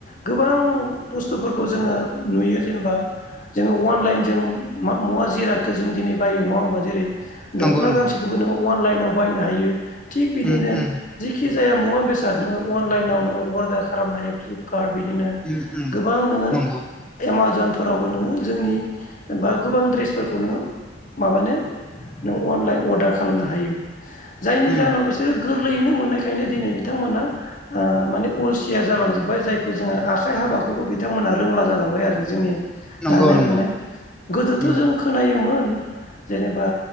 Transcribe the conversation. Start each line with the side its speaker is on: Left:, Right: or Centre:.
Left: गोबां बुस्थुफोरखौ जोङो नुयो जेनबा जोङो अनलाइन जों बा मुवा जिरादखो जों दिनै बायो नङा होनोमबा जेरै
Centre: नंगौ
Left: दख'ना
Centre: नंगौ
Left: गांसेखौबो नोङो अनलाइनाव बायनो हायो थिग बिदिनो
Centre: उम उम
Left: जिखि जाया मुवा बेसाद नोङो अनलाइनाव नोङो अर्डार खालामनानै फ्लिब कार्ड बिदिनो
Centre: उम उम
Left: गोबां नों
Centre: नंगौ
Left: एमाजन फोरावबो नोङो जोंनि बा गोबां दड्रेसफोरखौ नोङो माबानो नों अनलाइन अर्डार खालामनो हायो जायनि
Centre: उम
Left: जाहोनाव बिसोरो गोरलैयैनो मोननायखायनो दिनै बिथांमोना ओ माने अलसिया जालांजोब्बाय जाय जोङो आखाइ हाबाखौबो बिथांमोना रोंला जालांबाय आरो जोंनि
Centre: नंगौ
Left: दानाय
Centre: नंगौ
Left: लुनाय गोदोथ'
Centre: उम
Left: जों खोनायोमोन जेनेबा